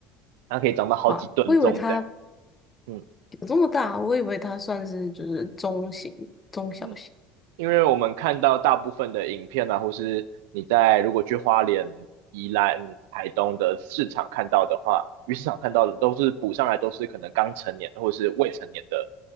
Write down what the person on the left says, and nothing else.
哇！我以为它
有这么大，我以为它算是就是中型、中小型。